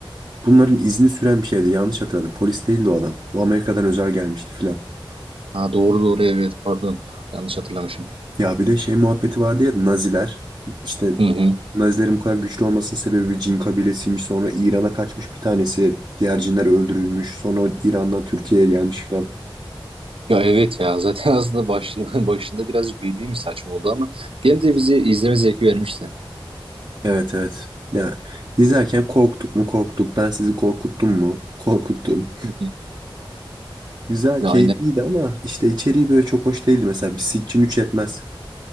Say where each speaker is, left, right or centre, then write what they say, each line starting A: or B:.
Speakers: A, on the right (about 45°); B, on the right (about 75°).
A: Bunların izni süren bir şeydi. Yanlış hatırladım. Polis değildi o adam. Bu Amerika'dan özel gelmişti filan.
B: Ha doğru doğru evet pardon. Yanlış hatırlamışım.
A: Ya bir de şey muhabbeti vardı ya Naziler işte
B: Hı hı.
A: Nazilerin bu kadar güçlü olmasının sebebi bir cin kabilesiymiş sonra İran'a kaçmış bir tanesi diğer cinler öldürülmüş sonra o İran'dan Türkiye'ye gelmiş falan.
B: Ya evet ya <laughs> zaten aslında baş, <laughs> başında birazcık bildiğimiz saçma oldu ama gene de bizi izleme zevki vermişti.
A: Evet evet ya izlerken korktuk mu korktuk ben sizi korkuttum mu korkuttum.
B: Hı hı.
A: Güzel
B: Ya
A: keyifliydi
B: aynen
A: ama işte içeriği böyle çok hoş değildi mesela bir Sitchin 3 etmez.